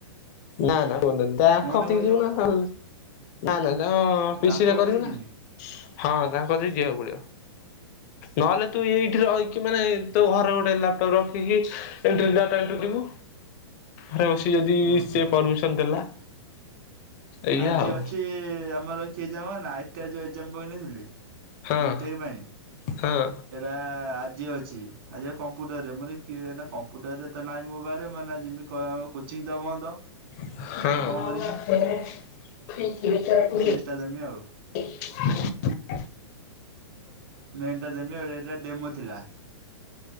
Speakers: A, on the left; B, on the right.
A: ନା ନା ତା
B: ଫୋନ
A: କତିକି
B: କରିହବ
A: ଯିବୁନା
B: ତ
A: ଆଉ ନାଁ ନାଁ ତାଙ୍କ ଫିସ
B: ତାଙ୍କ
A: ରେ
B: କତିକି
A: କରିବିନା
B: ଯିମି
A: ହଁ ତାଙ୍କ କତିକି ଯିବାକୁ ପଡିବ ନହେଲେ ତୁ ଏଇଠି ରହିକି ମାନେ ତୋ ଘରେ ଗୋଟେ ଲାପଟପ ରଖ ଖିକି ଏଣ୍ଟ୍ରି ଡାଟା ଏଣ୍ଟ୍ରି ଜିବୁ ଘରେ ବସି ଯଦି
B: ଓହୋ
A: ସେ ପରମିସନ ଦେଲା ଏଇଆ
B: ଆଜି
A: ଆଉ
B: ଅଛି ଆମର କିଏ ଜାଣନା ଆଇ ଟିଆର ରେ ଯୋଉ ଏକ୍ସାମ ପକେଇନଥିଲି
A: ହଁ
B: ବିଟେକ ପାଇଁ ସେଇଟା
A: ହଁ
B: ଆଜି ଅଛି ଆଜି କମ୍ପ୍ୟୁଟରରେ ମୋର କମ୍ପ୍ୟୁଟର ରେ ତ ନାଇଁ ମୋ ପାଖରେ ମୁଁ ଏଇନା ଯିବି କ ଆ କୋଚିଂ ତ ବନ୍ଦ
A: ହଁ
B: କଣ କରିମି ଚେଷ୍ଟା ଦମି ଆଉ <inaudible>
A: <inaudible>
B: ମେନ୍ ଟା ଦେବି ଆ ଏଇଟା ଡେମୋ ଥିଲା